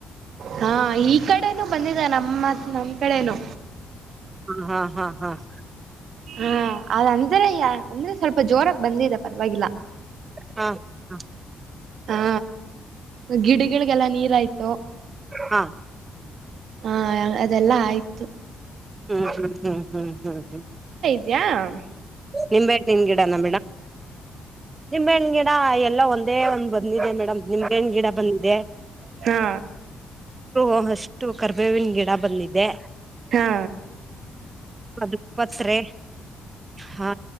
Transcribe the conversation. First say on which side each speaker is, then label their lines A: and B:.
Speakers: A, on the right; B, on the right.
A: ಹಾ ಈ ಕಡೆನೂ ಬಂದಿದೆ ನಮ್ಮತ್ ನಮ್ ಕಡೆೇನು
B: ಹ್ಮ್ ಹ್ಮ ಹ್ಮ್ ಹ್ಮ್
A: ಹಾ ಅದ <unintelligible> ಅಂದ್ರೆ <unintelligible> ಸ್ವಲ್ಪ ಜೋರಾಗ ಬಂದಿದೆ ಪರವಾಗಿಲ್ಲ
B: ಹಾ ಹಾ
A: ಹಾ ಗಿಡಗಳಗಳಿಗೆಲ್ಲ ನೀರಯ್ತು ದ <inaudible>
B: ಹಾ
A: ಹಾ ಅದೆಲ್ಲಾ ಆಯ್ತು
B: ಹ್ಮ್ ಹ್ಮ್ ಹ್ಮ್ <inaudible>
A: ಇಡಿ <unintelligible>
B: ನಿಂಬೆ ಅನಿನ್ನ ಗಿಡ ನ <unintelligible> ಮೇಡಂ ನಿಂಬೆಹಣ್ಣು ಗಿಡ ಎಲ್ಲ ಒಂದೇ ಒಂದ್ ಬಂದಿದೆ ಮೇಡಮ್ ನಿಂಬೆಹಣ್ಣು ಗಿಡ ಬಂದಿದೆ
A: ಹಾ
B: ಒಂದು ಅಷ್ಟು ಕರ್ಬೇವಿನ ಗಿಡ ಬಂದಿದೆ
A: ಹಾ
B: ಅದು ಪತ್ರೆ ಹ